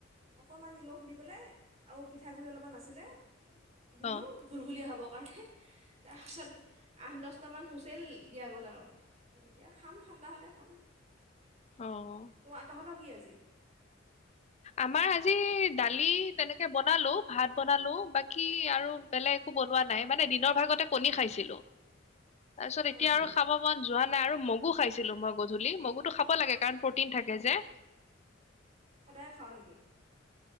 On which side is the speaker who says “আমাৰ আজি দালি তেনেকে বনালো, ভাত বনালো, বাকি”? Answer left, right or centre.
Left